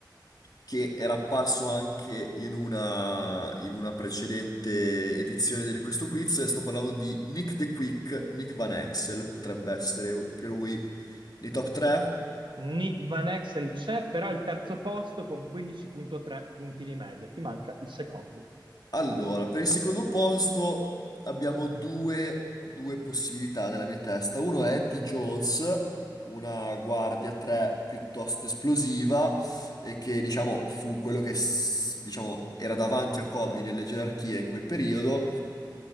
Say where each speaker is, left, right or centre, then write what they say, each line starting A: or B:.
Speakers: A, on the left; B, on the right.
A: che era apparso anche in una, in una precedente edizione di questo quiz. E Sto parlando di Nick the Quick, Nick Van Exel, potrebbe essere anche lui nei top 3.
B: Nick Van Exel c'è, però è il terzo posto con 15.3 punti di media, ti manca il secondo.
A: Allora, per il secondo posto abbiamo due, due possibilità nella mia testa. Uno è Eddie Jones, una guardia 3 piuttosto esplosiva e che, diciamo, fu quello che, s- diciamo, era davanti a Kobe nelle gerarchie in quel periodo.